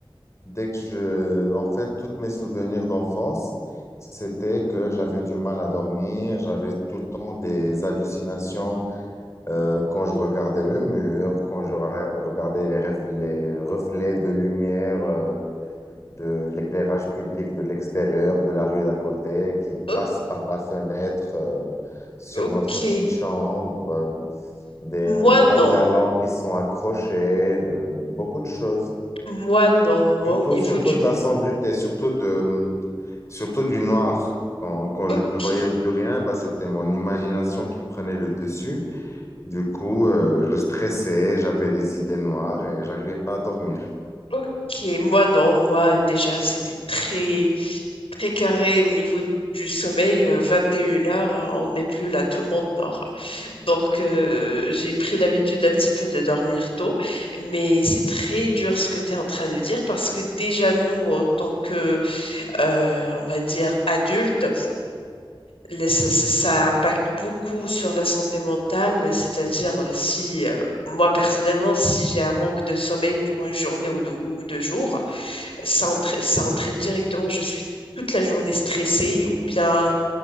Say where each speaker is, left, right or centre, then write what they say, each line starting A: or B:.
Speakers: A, on the left; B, on the left.
A: dès que je, en fait, tous mes souvenirs d'enfance, c'était que j'avais du mal à dormir, j'avais tout le temps des hallucinations Euh, quand je regardais le mur, quand je re- regardais les reflets, les reflets de lumière, euh, de l'éclairage public de l'extérieur, de la rue d'à côté, qui
B: O-
A: passe par la fenêtre, euh, sur
B: ok.
A: notre petite chambre, euh, des
B: Moi
A: pantalons
B: non.
A: qui sont accrochés, de beaucoup de choses.
B: Moi non. Moi
A: Surtout,
B: au niveau
A: surtout
B: du...
A: de la sombrité, surtout de, surtout du noir. Quand, quand
B: Ok.
A: je ne voyais plus rien, bah, c'était mon imagination qui prenait le dessus. Du coup, euh, je stressais, j'avais des idées noires et j'arrivais pas à dormir.
B: Ok. Moi non. Moi déjà, c'était très... très carré au niveau du sommeil, euh, 21 heures, euh, on n'est plus là, tout le monde dort. Donc, euh, j'ai pris l'habitude un petit peu de dormir tôt, mais c'est très dur ce que tu es en train de dire parce que déjà, nous, en tant que, euh, on va dire, adultes, les- c'est- c'est- ça impacte beaucoup sur la santé mentale, c'est-à-dire euh, si, euh, moi personnellement, si j'ai un manque de sommeil pour une journée ou deux, ou deux jours, ça, entra- ça entraîne directement, je suis toute la journée stressée ou bien